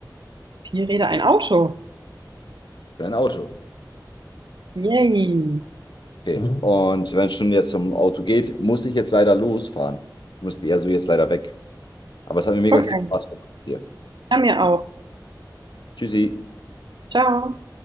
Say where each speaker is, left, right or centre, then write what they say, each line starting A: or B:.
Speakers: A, on the right; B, on the left.
A: vier Räder ein Auto.
B: für ein Auto.
A: Yay.
B: Okay. Mhm. Und wenn es schon jetzt zum Auto geht, muss ich jetzt leider losfahren. Ich muss also jetzt leider weg. Aber es hat mir mega
A: Okay.
B: viel Spaß gemacht hier.
A: Ja, mir auch.
B: Tschüssi.
A: Ciao.